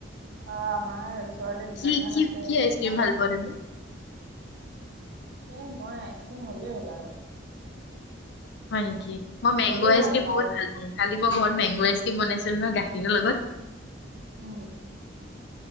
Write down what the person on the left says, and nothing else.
কি
কি
কি আইচক্ৰিম
ভাল
পাৱা তুমি?
হয় নেকি, মই মেংগ
আইচক্ৰিম
বহুত
ভাল পাওঁ, কালি মই ঘৰত মেংগো আইচ কি বনাইছিলো নহয় গাখীৰৰ লগত।